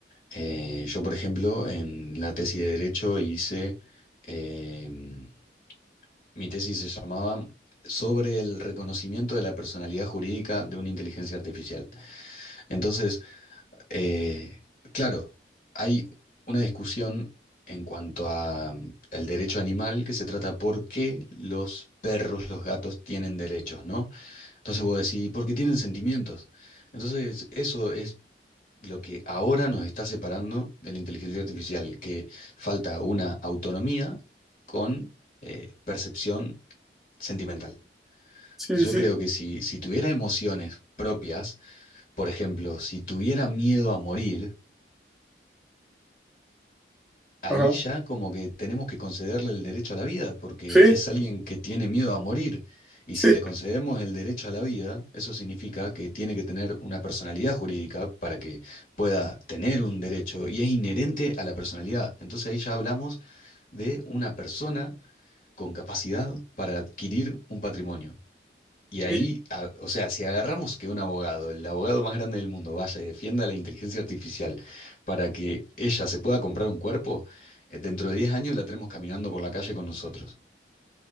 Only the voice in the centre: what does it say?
Sí,
sí, sí.
Ajá.
Sí,
sí.
Y,